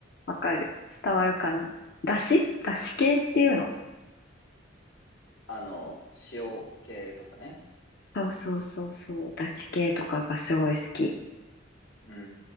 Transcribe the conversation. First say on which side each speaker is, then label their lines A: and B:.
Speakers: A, on the left; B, on the left.
A: わかる伝わるかなだしだし系っていうの
B: あの、塩系とかね。
A: そうそうそうそう。だし系とかがすごい好き。
B: うん、う